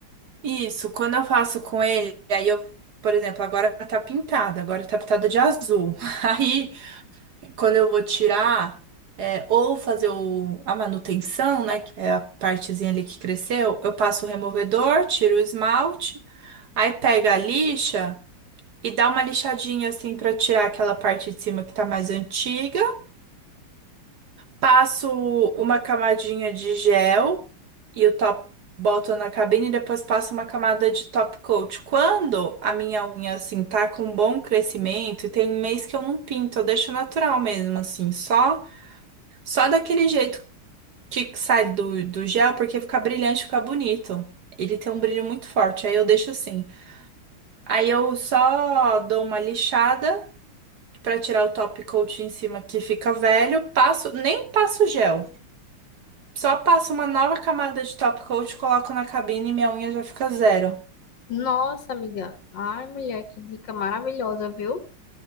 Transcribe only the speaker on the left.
Nossa, amiga. Ai, mulher, que dica maravilhosa, viu?